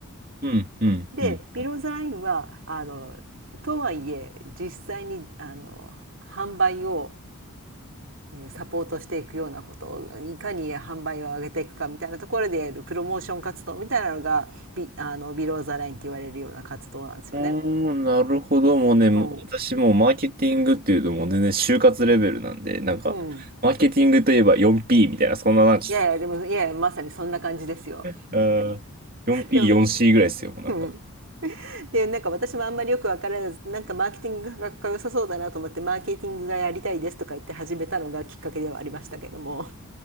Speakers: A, on the right (about 40°); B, on the right (about 60°).
A: うん、うん、
B: でビローズラインはあのとはいえ実際にあの販売を
A: うん。
B: サポートしていくようなことをいかに販売を上げていくかみたいなところでやるプロモーション活動みたいなのがビあのビローザラインって言われるような活動なんですよね。
A: おー、なるほど。もうね、もう私もうマーケティングっていうともう全然就活レベルなんで、
B: うん
A: なんか、
B: うん、
A: マーケティングといえば 4P みたいな、そんななんか、
B: いやいやでもいやいやまさにそんな感じですよ。
A: うん、4P、
B: でも
A: 4C ぐらいですよ、もうなんか。
B: うん、でなんか私もあんまりよく分からずなんかマーケティングがかっこよさそうだなと思ってマーケティングがやりたいですとか言って始めたのがきっかけではありましたけども、